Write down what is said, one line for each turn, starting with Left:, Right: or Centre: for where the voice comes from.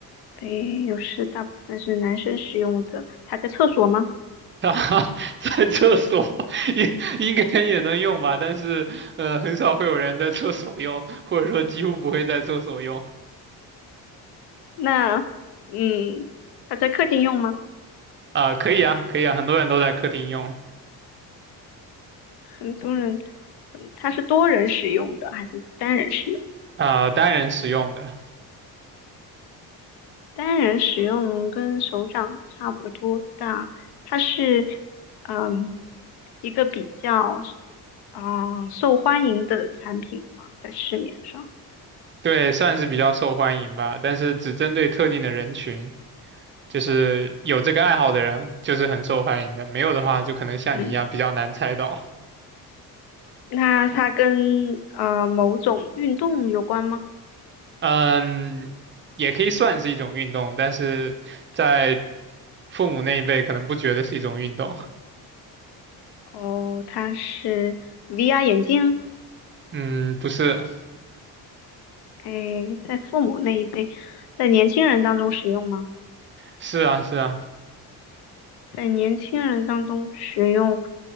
Left: 诶，又是大部分是男生使用的。他在厕所吗？
Right: <laughs> 它在厕所应应该也能用吧，但是呃，很少会有人在厕所用，或者说几乎不会在厕所用。
Left: 那，嗯，他在客厅用吗？
Right: 啊、可以啊，可以啊，很多人都在客厅用，
Left: 很多人，很，他是多人使用的还是单人使用？
Right: 啊、单人使用的，
Left: 单人使用跟手掌差不多大，它是嗯一个比较嗯受欢迎的产品嘛，在市面上。
Right: 对，算是比较受欢迎吧，但是只针对特定的人群，就是有这个爱好的人，就是很受欢迎的，没有的话，就可能像你一样比较难猜到。
Left: 嗯，那它跟呃某种运动有关吗？
Right: 嗯，也可以算是一种运动，但是在父母那一辈可能不觉得是一种运动。<laughs>
Left: 哦，它是 VR 眼镜，
Right: 嗯，不是，
Left: 诶，在父母那一辈，在年轻人当中使用吗？
Right: 是啊，是啊，
Left: 在年轻人当中使用，